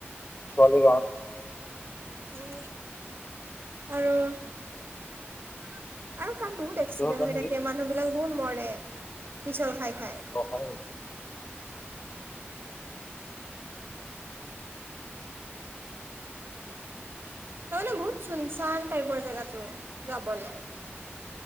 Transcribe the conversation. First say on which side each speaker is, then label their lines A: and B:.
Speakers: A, on the left (about 45°); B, on the right (about 60°).
A: তুমি
B: উম। আৰু আৰু তাত বহুত এক্সিডেন্ট
A: কিহৰ কাৰণে
B: হৈ থাকে
A: ৰিস্ক
B: মানুহ বিলাক বহুত মৰে পিছল খাই খাই
A: অ হয় নি।
B: তহ বহুত চুনচান টাইপৰ জেগাটো যাবলে